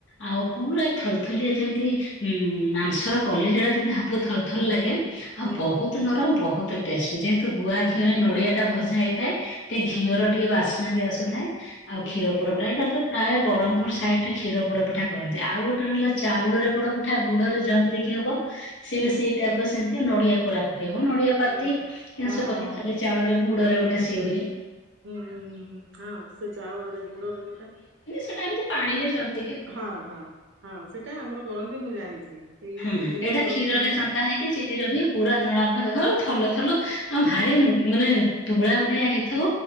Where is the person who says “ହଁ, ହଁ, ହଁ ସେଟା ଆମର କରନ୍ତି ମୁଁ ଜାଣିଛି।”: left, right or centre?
Right